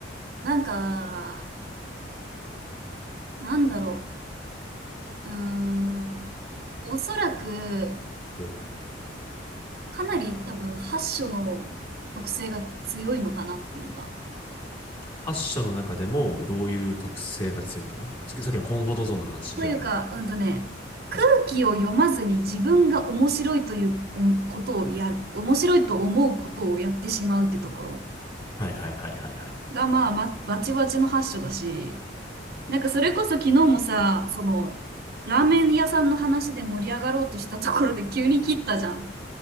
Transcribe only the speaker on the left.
うん
はっ社の中でもどういう特性が強いのかなさっきさっきのコンフォートゾーンの話ではない。
うん。
はいはいはいはいはい。